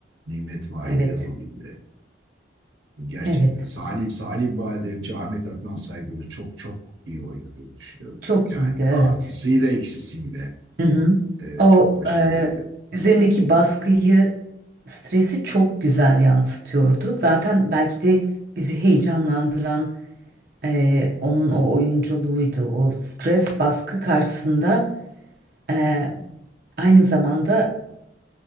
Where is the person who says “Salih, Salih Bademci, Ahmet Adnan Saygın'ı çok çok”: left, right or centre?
Right